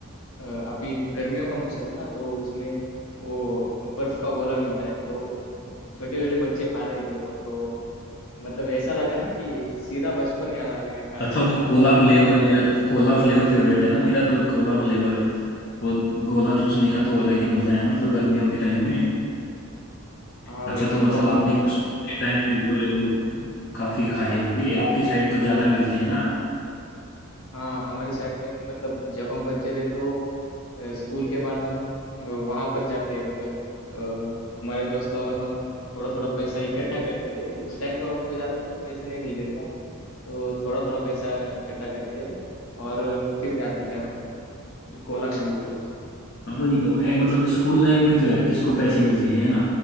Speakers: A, on the left; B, on the left.
A: अ, अभी गर्मियों का मौसम है ना तो उसमें वो बर्फ का गोला मिलता है तो छोटे छोटे बच्चे खा रहे थे वो तो मतलब ऐसा लगा ना कि सीधा बचपन याद आ गया यार
B: अच्छा
A: हम
B: वो कोला फ्लेवर मेरा कोला फ्लेवर फेवरेट है ना मेरा तो कोला फ्लेवर वो गोला चूसने का तो अलग ही मजा है मतलब गर्मियों के टाइम में
A: हाँ
B: अच्छा
A: भाई
B: तो
A: जब
B: मतलब
A: हम
B: आपने स्कूल के टाइम में गोले वो काफी खाए होंगे आपकी साइड तो ज्यादा मिलते हैं ना
A: हाँ हमारी साइड में मतलब जब हम बच्चे थे तो अ, स्कूल के बाद हम वहां पर जाते मतलब अ, हमारे दोस्त और हम थोड़ा थोड़ा पैसा इकट्ठा करते थे उस टाइम तो हमको ज्यादा कुछ पैसे नहीं मिलते थे ना तो थोड़ा थोड़ा पैसा इकट्ठा करते और फिर जाते थे हम कोला खाने के लिए
B: हाँ, वही तो है मतलब स्कूल लाइफ में तो यार किसको पैसे मिलते हैं ना